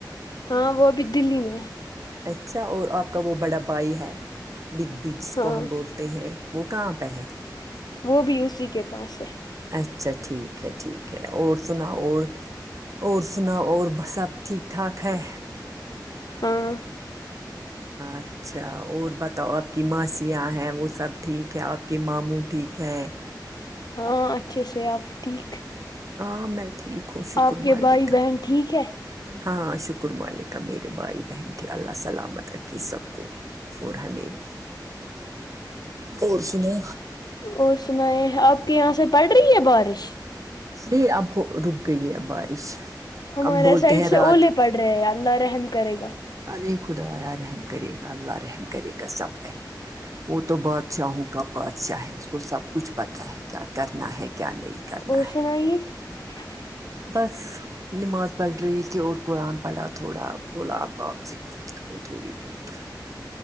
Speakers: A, on the left (about 65°); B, on the right (about 45°).
A: ہاں وہ ا بھی دلی میں ہے
B: اچھا اور آپ کا وہ بڑا بائی ہے بگ بی جس
A: ہاں
B: کو ہم بول ہے وہ کہاں پہ ہے
A: وہ بھی اسی کے پاس ہے
B: اچھا ٹھیک ہے ٹھیک ہے اور سنا اور اور سنا اور ب سب ٹھیک ٹھاک ہے
A: ہاں
B: اچھا اور بتاؤ آپ کی ماسیاں ہیں وہ سب ٹھیک ہے آپ کی ماموں ٹھیک کہ
A: ہاں اچھے سے آپ ٹھیک
B: ہ میں ٹھیک ہوں شکر
A: آپ کے
B: مالکم
A: بھائی بہن ٹھیک ہے
B: ہاں شکر ملکا میرے بھائی بہن تھ اللہ سلامت رکھی سب کو اور ہےب بھی اور سنو
A: اور سنائیں آپ کے یہاں سے پڑ رہی ہے بارش
B: نہیں اب رک گئی ہے بارش
A: ہمارے
B: اب بولتے
A: سائڈ
B: ہیں
A: سے
B: رات
A: اوولے پڑ رہے ہیں اللہ رحم کرے گا
B: ال خدایا رحم کرے گا اللہ رحم کرے گا سب میں وہ تو بادشاہوں کا بادشاہ ہے اس کو سب کچھ پتاہ ہے کیا کرنا ہے کیا نہیں کرنا
A: اور
B: ہے
A: <inaudible>
B: بس نماز پڑھ رہی تھی اور قرآن پڑھا تھوڑا بولا آ بپ بات کرو تھوڑی بہت <unintelligible>